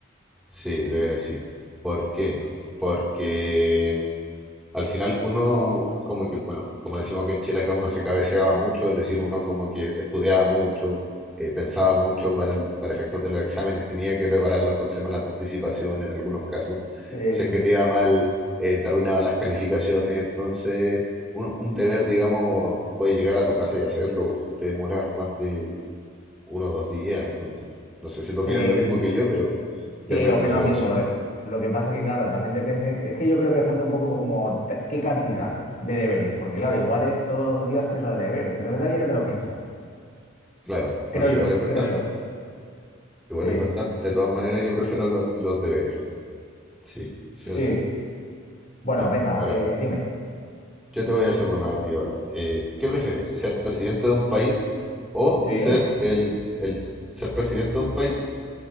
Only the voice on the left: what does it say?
Sí,
sí,
sí.
Sí,
sí,
sí.
Sí,
opino
lo mismo.
Lo que, lo que pasa es que, claro, también depende... Es que yo creo que falta un poco como ta- qué cantidad de deberes, porque claro, igual es todos los días tres horas de deberes. Entonces ahí ya te lo piensas.
Creo
yo,
creo yo.
Sí,
sí.
Bueno,
venga,
eh, dime.
Sí,